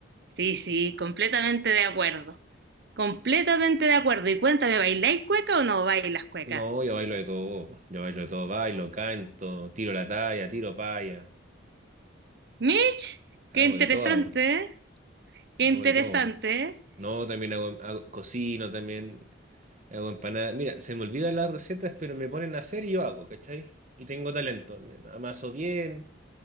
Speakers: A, on the right; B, on the right.
A: Sí, sí, completamente de acuerdo. Completamente de acuerdo. Y cuéntame, ¿bailáis cueca o no bailas cueca?
B: No, yo bailo de todo, yo bailo de todo, bailo, canto, tiro la talla, tiro paya,
A: Mitch,
B: hago
A: qué interesante,
B: de todo, weón,
A: ¿eh?
B: hago
A: Qué interesante,
B: de todo.
A: ¿eh?
B: No, también hago, hago- cocino, también hago empanadas. Mira, se me olvidan las recetas, pero me ponen a hacer y yo hago, ¿cachai? Y tengo talento, me amaso bien,